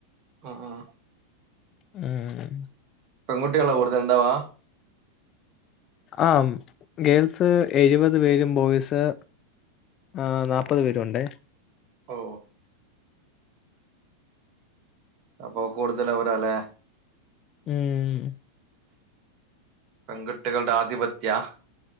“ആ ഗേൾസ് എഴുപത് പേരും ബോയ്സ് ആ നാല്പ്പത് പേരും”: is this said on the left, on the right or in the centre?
Left